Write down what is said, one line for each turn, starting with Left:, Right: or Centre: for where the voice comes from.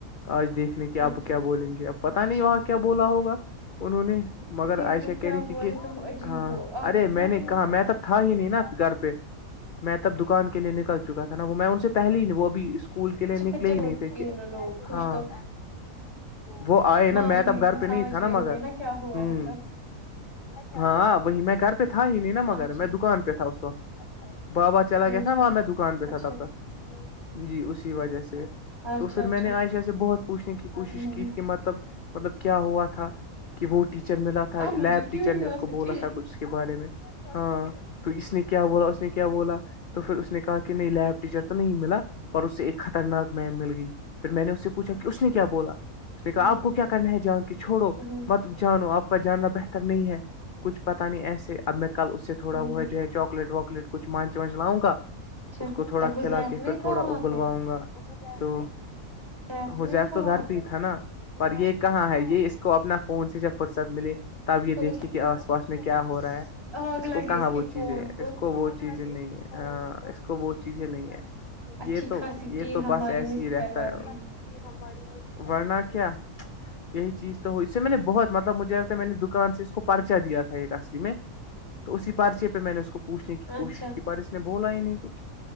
Left: آج دیکھ دنے کہ
Right: اچھا
Left: اب کیا بولیں گے اب پت
Right: اچھا
Left: نہیں وہاں کیا بولا ہوگا انہوں نے مگر
Right: دیکھا
Left: عائشہ
Right: کیا
Left: کہہ رہی تھی
Right: ہوا
Left: کہ
Right: ہے تم عجیب
Left: ہاں
Right: ہو آگے
Left: ارے میں
Right: نہیں
Left: نے
Right: تمہیں
Left: کہا
Right: پتا
Left: میں تب ہی نہیں نا گھر پہ میں تب دکان کے لیے نکل چکا تھا نا وہ میں ان سے پہل ہی وہ ا اس اسکول کے
Right: اچھا
Left: لیے نکلے
Right: پھر جب
Left: ہی نہیں تھے
Right: تینوں
Left: کہ
Right: لوگ خوش
Left: ہاں
Right: تو
Left: وہ آئے نا
Right: ماں
Left: میں
Right: ہی
Left: ت اب گھر
Right: تم
Left: پہ
Right: سمجھ
Left: نہیں تھا نا
Right: رہے ہو
Left: مگر
Right: گے کیا ہوا
Left: ہوں
Right: ہوگا
Left: <unintelligible> ہاں وہی میں گھر پہ تھا ہی نہیں نا مگر
Right: اچھا
Left: میں دکان پہ تھا اس کو بابا چلا
Right: اچھا
Left: گیا تھا ن وہاں میں دکان پہ تھا
Right: اچھا
Left: تب تک جی اس وجہ سے
Right: اچھا
Left: تو پھر
Right: اچھا
Left: میں نے عائشہ سے بہت پوچھنے کی
Right: ہوں
Left: کوشش
Right: ہوں
Left: کی کہ مطلب مطلب کیا ہوا تھا کہ وہ ٹیچر ملا تھا
Right: اب مجھے
Left: لیب
Right: کیوریوسٹی
Left: ٹیچر نے اس کو بولا تھا کچھ کے بارے میں ہاں تو اس نے کیا بولا اس نے کیا بولا تو پھر اس نے کہا کہ نہیں لیب ٹیچر تو نہیں ملا پر اس سے ایک خطرناک میم مل گئی پھر میں نے اس سے پوچھا کہ اس نے کیا بولا اس نے کہا
Right: ہوں
Left: آپ کو کیا کرنا ہے جان کے چھوڑو
Right: ہوں
Left: مط ت جانو آپ کا جاننا بہتر نہیں ہے کچھ پتا نہیں ایسے اب میں کل اس سے تھوڑا
Right: ہوں
Left: وہ ج <unintelligible> چاکلیٹ واکلیٹ کچھ مانچ واچ لاؤں گا
Right: اچھا
Left: اس کو تھوڑا
Right: تو حذیف
Left: کھلا کے
Right: نہیں
Left: پھر تھوڑا
Right: تھا وہاں
Left: اگلواؤں
Right: پہ
Left: گا تو
Right: حذیف
Left: ہو
Right: نہیں
Left: زیف
Right: تھا
Left: تو
Right: وہاں
Left: گھر پہ تھا نا پر یہ کہاں ہے یہ اس کو اپنا فون سے جب فرصت ملے تب یہ
Right: تو
Left: دیکھیے کہ آس پاس میں کیا
Right: اس
Left: ہو رہا ہے
Right: آگ
Left: اس
Right: لگے
Left: کو کہاں وہ
Right: کے
Left: چیزیں
Right: فون
Left: اس کو وہ چیزیں نہیں اس کا اس کو وہ چیزیں نہیں ہے
Right: اچھی
Left: یہ تو
Right: خاصی
Left: یہ
Right: ٹی
Left: تو
Right: ہماری
Left: بس ایسے
Right: مس
Left: ہی رہتا
Right: کروا
Left: ہے
Right: دی
Left: کہ ہماری ورنہ کیا یہی چیز تو ہو اس سے میں نے بہت مطلب مجھے لگتا ہے میں نے دکان سے اس کو پرچا دیا تھا ایک اصلی میں تو اسی پرچے پہ میں نے اس کو پوچھنے کی کوشش
Right: اچھا
Left: کی پر اس نے بولا ہی نہیں کچھ